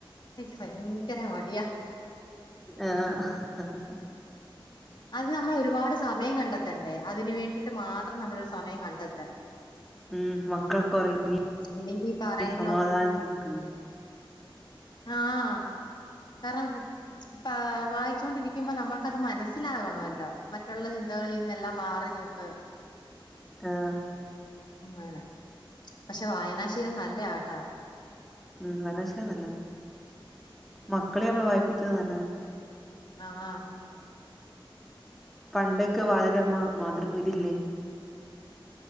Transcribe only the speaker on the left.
എനിക്ക് ഭയങ്കര മടിയാ
അത് നമ്മൾ ഒരുപാട് സമയം കണ്ടെത്തണ്ടേ അതിന് വേണ്ടിയിട്ട് മാത്രം നമ്മൾരു സമയം കണ്ടെത്തണം
ഇല്ലെങ്കി ഈ പറയുന്ന
ഒന്ന് ആഹ് കാരണം പാ വായിച്ചൊണ്ടിരിക്കുമ്പോ നമ്മുക്കത് മനസ് മനസ്സിലാകണല്ലോ മറ്റുള്ള ചിന്തകളിൽ നിന്നെല്ലാം മാറി നിന്ന്
മണം പക്ഷെ വായനാശീലം നല്ലയാട്ടോ
ആഹ് ആഹ്